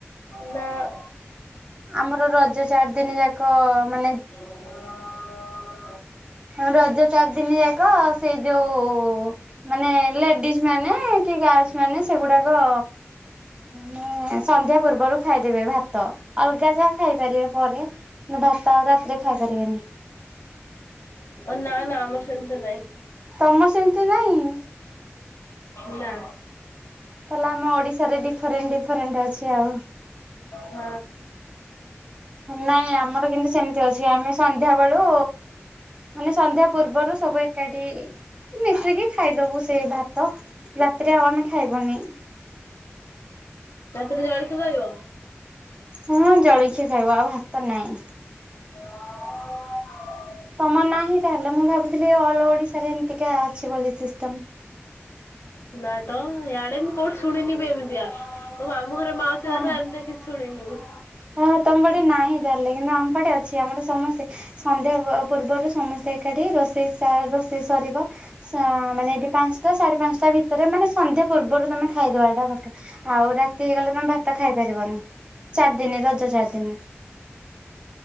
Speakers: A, on the left (about 75°); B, on the right (about 25°).
A: ନାଁ।
B: ଆମର ରଜ ଚାରି ଦିନ ଯାକ ମାନେ
A: <unintelligible>
B: ଉଁ ରଜ ଚାରି ଦିନି ଯାକ ସେଇ ଯୋଉ ମାନେ ଲେଡିଜି ମାନେ କି ଗାର୍ଲସ ମାନେ ସେଗୁଡାକ ମାନେ ସନ୍ଧ୍ୟା ପୂର୍ବରୁ ଖାଇଦେବେ ଭାତ ଅଲଗା ଯାହା ଖାଇପାରିବେ ପରେ ଭାତ ଆଉ ରାତିରେ ଖାଇ ପାରିବେନି।
A: ନା ନା ଆମର ସେମିତି ନାଇଁ।
B: ତମର ସେମିତି ନାଇଁ।
A: ନା।
B: ତାହେଲେ ଆମ ଓଡିଶାରେ ଡିଫରେଣ୍ଟ ଡିଫରେଣ୍ଟ ଅଛି ଆଉ।
A: ହଁ।
B: ନାଇଁ ଆମର କିନ୍ତୁ ସେମିତି ଅଛି ଆମେ ସନ୍ଧ୍ୟା ବେଳୁ ମାନେ ସନ୍ଧ୍ୟା ପୂର୍ବରୁ ସବୁ ଏକାଠି ମିଶିକି ଖାଇଦବୁ ସେଇ ଭା ତ ରାତିରେ ଆଉ ଆମେ ଖାଇବୁନି।
A: ରାତିରେ ଜଳଖିଆ ଖାଇବ?
B: ହଁଁ ଜଳଖିଆ ଖାଇବ ଆଉ ଭାତ ନାଇଁ।
A: <inaudible>
B: ତମର ନାହିଁ ତାହେଲେ ମୁଁ ଭାବୁଥିଲି ଅଲ ଓଡିଶାରେ ଏମିତିକା ଅଛି ବୋଲି ସିଷ୍ଟମ।
A: ନା ତ ଇଆଡେ ମୁଁ କୋଉଠି ଶୁଣିନି ବିି ଏମିତିଆ ମୋ ମାମୁଁ ଘର ମାଉସ
B: ହଁ
A: ଘରେ ଏମିତି କିଛି ଶୁଣିନି ମୁଁ।
B: ହଁ ତମ ପଟେ ନାହିଁ ତାହେଲେ କିନ୍ତୁ ଆମପଟେ ଅଛି ଆମରେ ସମସ୍ତ ସନ୍ଧ୍ୟା ପୂର୍ବରୁ ସମସ୍ତେ ଏକାଠି ରୋଷେଇ ସା ରୋଷେଇ ସରିବ। ସା ମାନେ ଏଇଠି ପାଞ୍ଚଟା ସାଢେ ପାଞ୍ଚଟା ଭିତରେ ମାନେ ସନ୍ଧ୍ୟା ପୂର୍ବରୁ ତମେ ଖାଇଦବାଟା ପକା। ଆଉ ରାତି ହେଇଗଲେ ତମେ ଭାତ ଖାଇ ପାରିବନି ଚାରି ଦିନ ରଜ ଚାରି ଦିନ।